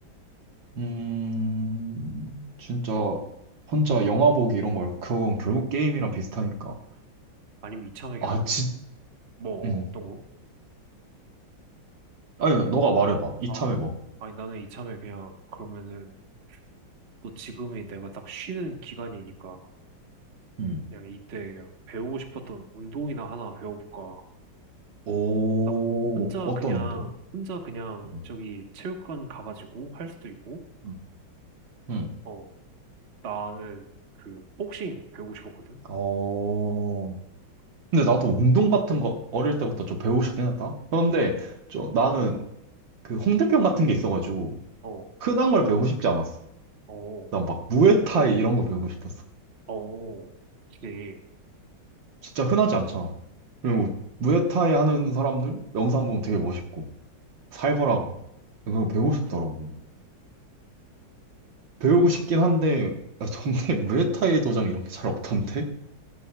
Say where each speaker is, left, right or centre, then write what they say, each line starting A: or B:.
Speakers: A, on the right (about 70°); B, on the right (about 40°).
A: 음, 진짜 혼자 영화 보기 이런 거 말고 그건 결국 게임이랑 비슷하니까.
B: 아니면 이참에 그냥,
A: 아, 지,
B: 뭐,
A: 음.
B: 어, 어떤 거?
A: 아니, 너가 말해봐. 이참에
B: 아,
A: 뭐.
B: 아니 나는 이참에 그냥 그러면은 또 지금이 내가 딱 쉬는 기간이니까
A: 음.
B: 그냥 이때 그냥 배우고 싶었던 운동이나 하나 배워볼까.
A: 오,
B: 딱 혼자
A: 어떤
B: 그냥,
A: 운동?
B: 혼자 그냥
A: 음.
B: 저기 체육관 가가지고 할 수도 있고,
A: 음. 음.
B: 어, 나는 그 복싱 배우고 싶었거든?
A: 어. 근데 나도 운동 같은 거 어릴 때부터 좀 배우고 싶긴 했다. 그런데 좀 나는 그 홍대병 같은 게 있어가지고
B: 어,
A: 흔한 걸 배우고 싶지 않았어.
B: 어,
A: 난 막 무에타이 이런 거 배우고 싶었어.
B: 어, 그치.
A: 진짜 흔하지 않잖아. 그리고
B: 음.
A: 무에타이 하는 사람들 영상 보면 되게 멋있고 살벌하고 그거 배우고 싶더라고. 배우고 싶긴 한데 아, 동네 <laughs> 무에타이 도장 이런 게 잘 없던데?